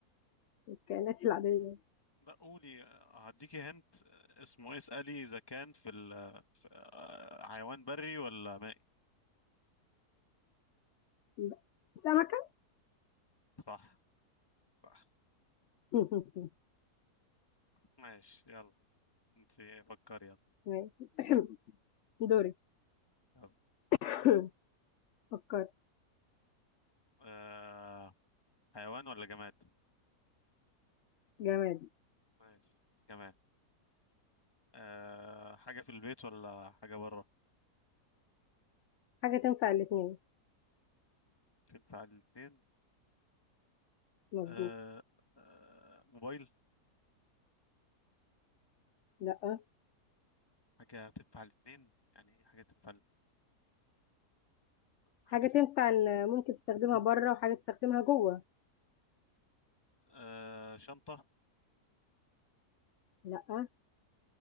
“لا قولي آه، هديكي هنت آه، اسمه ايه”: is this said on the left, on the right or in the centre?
Left